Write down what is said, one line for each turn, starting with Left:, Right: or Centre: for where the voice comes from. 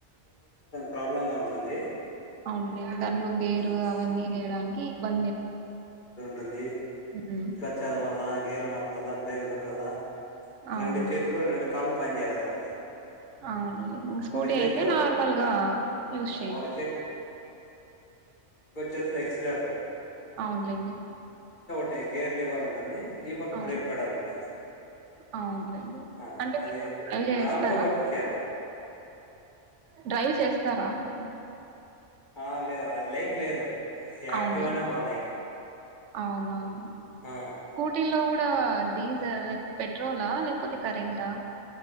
Left: ప్రాబ్లమ్ గ ఉంటుంది
Right: అవునులేండి దాంట్లో గేరు
Left: ఇది,
Right: అవన్నీ వేయడానికి ఇబ్బంది
Left: టుంది
Right: హ్మ్.
Left: క్లచ్చద మల్ల గేర్లు మార్ మల్లా బ్రేక్ దొక్కల్ల
Right: అవునులే.
Left: రెండు చేతులు రెండు కాళ్ళు పని జేయాల దానికి
Right: అవునులే స్కూటీ
Left: ఒక చేత్తో
Right: అయితే నార్మల్గా యూస్
Left: ఆ,
Right: చేయ
Left: ఒక చెతిలో ఎక్సలేటర్
Right: అవునులేండి
Left: టే గేర్ లివర్ ఉంటుంది ఈ పక్క
Right: అవును
Left: బ్రేక్ ఫెడల్ ఉంటుంది
Right: అవునులేండి
Left: ఆ
Right: అంటే మీకు
Left: అది
Right: <inaudible> చేస్తారా
Left: నాలుగు వర్క్ చేయాల
Right: డ్రైవ్ చేస్తారా అంటున్నా
Left: ఆ లేదు అది లైక్ లేదు యాక్టివా
Right: అవునులేండి
Left: నే బా లైక్
Right: అవునవును
Left: ఆ
Right: కూటి లో డా డీజిల్ లేకపోతే పెట్రోలా లేకపోతే కరెంటా